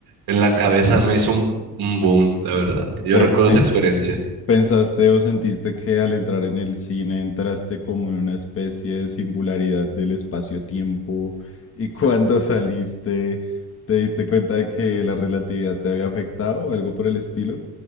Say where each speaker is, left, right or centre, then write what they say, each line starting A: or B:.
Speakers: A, on the right (about 65°); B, on the left (about 35°).
A: en la cabeza me hizo un, un boom, la verdad. Yo
B: O sea,
A: recuerdo
B: que pe-
A: esa experiencia.
B: pensaste o sentiste que al entrar en el cine entraste como en una especie de singularidad del espacio-tiempo y <laughs> cuando saliste te diste cuenta de que la relatividad te había afectado o algo por el estilo.